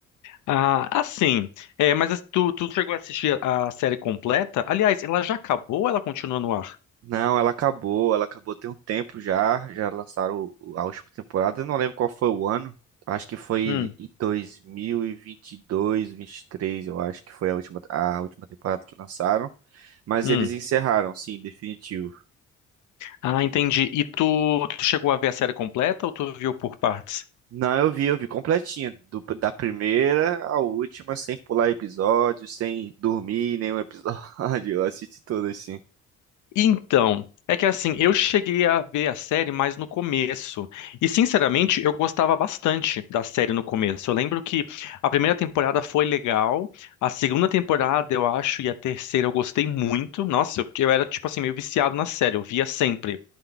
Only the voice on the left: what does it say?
Ah, assim, é, mas as- tu, tu chegou a assistir a série completa? Aliás, ela já acabou ou ela continua no ar?
Hum,
hum.
Ah, entendi. E tu, tu chegou a ver a série completa ou tu viu por partes?
Então, é que assim, eu cheguei a ver a série mais no começo. E sinceramente, eu gostava bastante da série no começo. Eu lembro que a primeira temporada foi legal, a segunda temporada, eu acho, e a terceira eu gostei muito. Nossa, eu- porque eu era tipo assim meio viciado na série, eu via sempre.